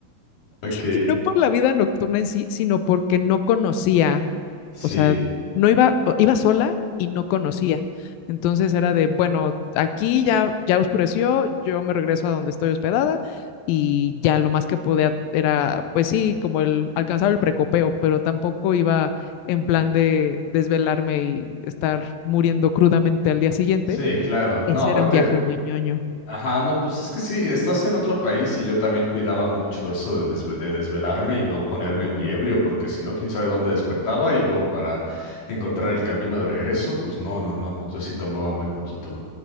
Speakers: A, on the left; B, on the left.
A: Ok,
B: Y No por la vida nocturna en sí, sino porque no conocía,
A: sí,
B: o sea, no iba, o- iba sola y no conocía. Entonces era de, bueno, aquí ya, ya oscureció, yo me regreso a donde estoy hospedada y ya lo más que podía era, pues sí, como el alcanzar el precopeo, pero tampoco iba en plan de desvelarme y estar muriendo crudamente al día siguiente.
A: sí, claro. No,
B: Ese
A: aparte,
B: era un viaje muy ñoño.
A: ajá, no, pues es que sí, estás en otro país y yo también cuidaba mucho eso de, desve- de desvelarme y no ponerme
B: Ujú.
A: muy ebrio, porque si no, quién sabe dónde despertaba y luego para encontrar el camino de regreso, pues no, no, no, yo sí tomaba muy poquito.